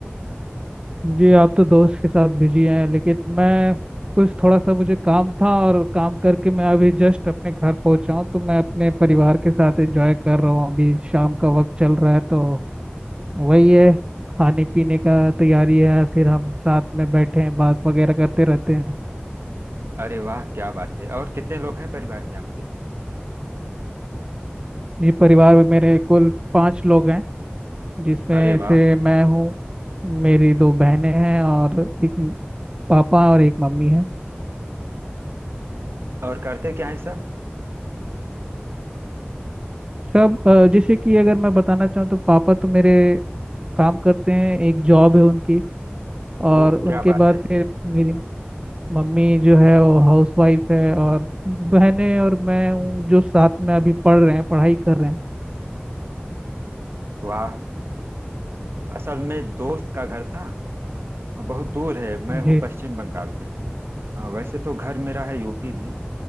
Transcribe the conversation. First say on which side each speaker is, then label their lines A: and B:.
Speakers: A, on the right; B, on the right.
A: जी आप तो दोस्त के साथ बिजी हैं लेकिन मैं कुछ थोड़ा सा मुझे काम था और काम करके मैं अभी जस्ट अपने घर पहुंचा हूँ तो मैं अपने परिवार के साथ एंजॉय कर रहा हूँ अभी शाम का वक्त चल रहा है तो वही है खाने पीने का तैयारी है फिर हम साथ में बैठे हैं बात वगैरह करते रहते हैं
B: अरे वाह क्या बात है और कितने लोग हैं परिवार में आपके
A: जी परिवार में मेरे कुल पाँच लोग हैं जिसमें
B: अरे वाह
A: से मैं हूँ मेरी दो बहनें हैं और एक म- पापा और एक मम्मी है
B: और करते क्या है सब
A: सब अ, जैसे कि अगर मैं बताना चाहूँ तो पापा तो मेरे काम करते हैं एक जॉब है उनकी और
B: ओह
A: उनके
B: क्या बात
A: बाद
B: है
A: फिर मेरी मम्मी जो है वो हाउस वाइफ है और बहनें और मैं हूँ जो साथ में अभी पढ़ रहे हैं पढ़ाई कर रहे हैं
B: वाह असल में दोस्त का घर ना बहुत दूर है मैं हूँ
A: जी
B: पश्चिम बंगाल में हाँ, वैसे तो घर मेरा है यूपी में